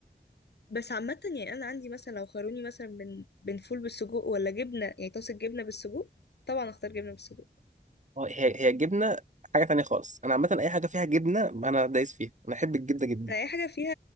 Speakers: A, on the left; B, on the right.
A: بس عامه يعني انا عندي مثلا لو خيروني مثلا بين بين فول بالسجق ولا جبنه يعني طاسه جبنه بالسجق طبعا اختار جبنه بالسجق
B: أه، هي هي الجبنة حاجة تانية خالص أنا عامة أي حاجة فيها جبنة أنا دايس فيها أنا أحب الجبنة جدا
A: انا اي حاجه فيها